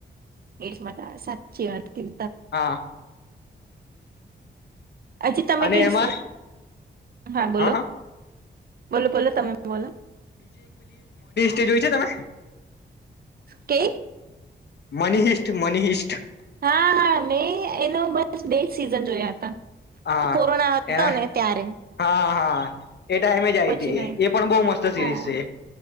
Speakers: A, on the right; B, on the left.
A: એ જ મા સાચી વાત કરી
B: હા
A: હછી તમે
B: અને
A: કઈ
B: એમાં
A: હા બોલો
B: હ હ
A: બોલો બોલો તમે બોલો
B: કે જોય છે તમે
A: કે
B: મની હિસ્ટ મનીહિસ્ટ
A: હા હા મેં એનો બસ બે જ સિઝન જોયા હતા
B: હા
A: કોરોના હતો
B: એને
A: ને ત્યારે
B: હા હા હ. એ ટાઈમે જ આવી
A: પછી
B: છે
A: નહી
B: એ પણ બહ મસ્ત સિરીઝ
A: હા
B: છે.